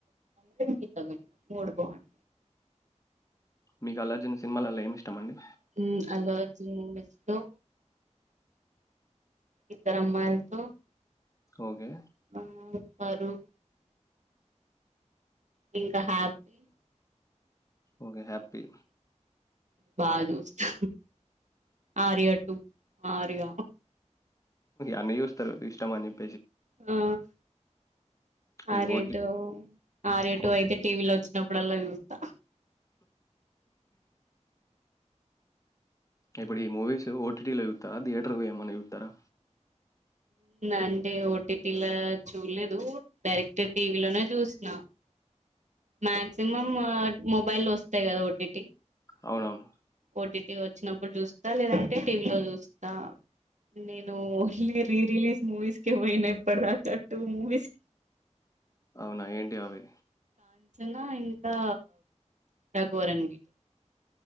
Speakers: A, on the right; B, on the left.
A: రెడ్డి గీతా గోవిందం మూడు బాగుం
B: మీకు అల్లు అర్జున్ సినిమాలలా ఏమి ఇష్టం అండి
A: ఉమ్ అల్లు అర్జున్ మెస్ తో ఇద్దరమ్మాయిలతో
B: ఓకే.
A: ఆ పరుగు ఇంకా హ్యాపీ
B: ఓకే హ్యాపీ
A: బాగా చూస్తా ఆర్య టూ ఆర్య
B: అన్ని చూస్తారు ఇష్టమని చె
A: ఆ ఆర్యా
B: ఈ ఓటి
A: టు ఆర్యా
B: ఓ
A: టు అయితే టీవీలో వచ్చినప్పుడు అప్పుడల్ల చూస్త
B: ఇప్పుడు ఈ మూవీస్ ఓటిటీలో చుతారా థియేటర్ పోయి ఏమని చూతారా
A: అంటే ఓటీటీలా చూడలేదు డైరెక్ట్ టీవీలోనే చూసినా మాక్సిమం మొబైల్ వస్తాయి కదా ఓటీటీ
B: అవునవును
A: ఓటీటీ వచ్చినప్పుడు చూస్తా లేదంటే టీవీలో చూస్తా నేను ఓన్లీ రీ రిలీజ్ మూవీస్ క పోయినా ఇప్పుటి దాక టు మూవీస్
B: అవునా ఏంటి అవి
A: నా ఇంకా రఘవరన్ బీ